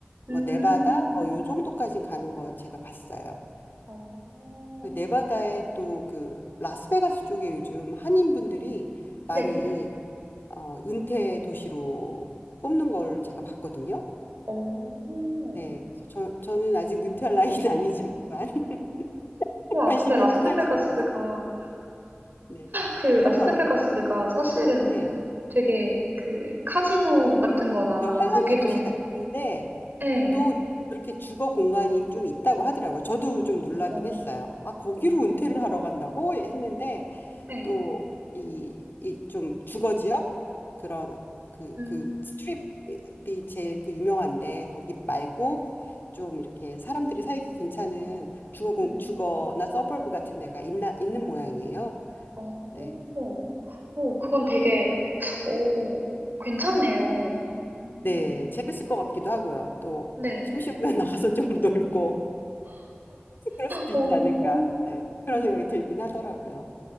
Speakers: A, on the right; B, on the left.
A: 음.
B: 뭐 네바다, 뭐 요 정도까는 가는 거 제가 봤어요.
A: 어.
B: 그 네바다에 또 그 라스베가스 쪽에 요즘 한인분들이 많이
A: 네.
B: 어, 은퇴 도시로 꼽는 걸 제가 봤거든요.
A: 어.
B: 네. 그래서 저, 저는 아직 은퇴할 나이는 아니지만 <laughs>
A: 와,
B: 관심이
A: 근데 라스베가스가
B: 있긴 하죠. 네.
A: 그
B: 그렇더라고요.
A: 라스베가스가 사실은
B: 네.
A: 되게 그 카지노 같은 거나
B: 저 환락의
A: 거기도
B: 도시 같은데
A: 네.
B: 또 그렇게 주거 공간이 좀 있다고 하더라고요. 저도 좀 놀라긴
A: 어.
B: 했어요. 아, 거기로 은퇴를 하러 간다고 했는데
A: 네.
B: 또 이 좀 주거 지역 그런 그
A: 음.
B: 그 스트립이 제일 그 유명한데 거기 말고 좀 이렇게 사람들이 살기 괜찮은 주거 공,
A: 음.
B: 주거나 서버브 같은 데가 있나 있는 모양이에요.
A: 어.
B: 네.
A: 오, 그건 되게 오, 괜찮네요. 음,
B: 네, 재밌을 것 같기도 하고요. 또
A: 네.
B: 심심하면 <laughs> 나가서 좀 놀고 그럴 수도
A: 오,
B: 있지 않을까.
A: 오,
B: 예, 그런
A: 오,
B: 생각이 들긴 하더라고요.